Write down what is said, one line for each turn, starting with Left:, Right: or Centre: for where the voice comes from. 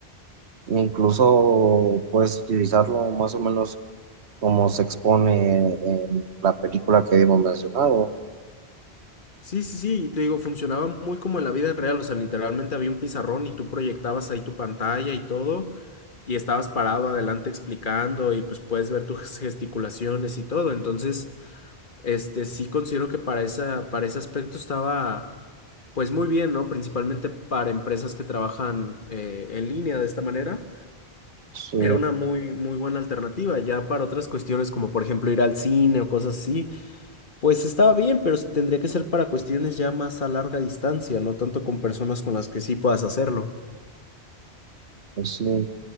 Right: incluso puedes utilizarlo más o menos como se expone en la película que habíamos mencionado.
Left: Sí, sí, sí, y te digo, funcionaba muy como en la vida real, o sea, literalmente había un pizarrón y tú proyectabas ahí tu pantalla y todo, y estabas parado adelante explicando y pues puedes ver tus <laughs> gesticulaciones y todo, entonces, este, sí considero que para esa, para ese aspecto estaba, pues muy bien, ¿no? Principalmente para empresas que trabajan eh, en línea de esta manera,
Right: Sí,
Left: era una muy, muy buena alternativa, ya para otras cuestiones como por ejemplo ir al cine o cosas así. Pues estaba bien, pero s- tendría que ser para cuestiones ya más a larga distancia, no tanto con personas con las que sí puedas hacerlo.
Right: pues sí,